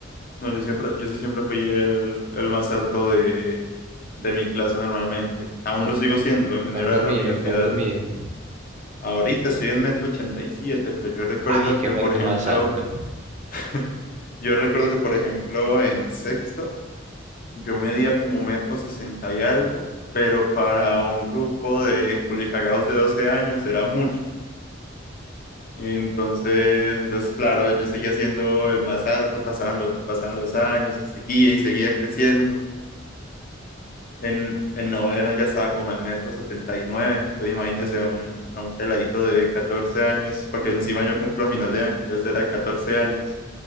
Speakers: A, on the left (about 45°); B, on the right (about 35°).
A: no, yo siempre, yo sí siempre fui el, el más alto de, de mi clase normalmente. Aún
B: ¿Cu-
A: lo sigo siendo en general
B: ¿Cuánto
A: en
B: mide?
A: la universidad.
B: ¿Cuánto mide?
A: Ahorita estoy en metro 87, pero yo recuerdo
B: Ay, qué
A: que,
B: marica
A: por ejemplo,
B: más alto.
A: <laughs> yo recuerdo que, por ejemplo, en sexto, yo medía como metro 60 y algo, pero para un grupo de culicagados de 12 años era mucho. Entonces, entonces, claro, yo seguía siendo el más alto, pasaban los, pasaban los años y seguía y seguía creciendo. En, en noveno ya estaba como en metro setenta y nueve entonces imagínese a un, a un peladito de 14 años, porque encima yo cumplo a final de año, entonces era de 14 años,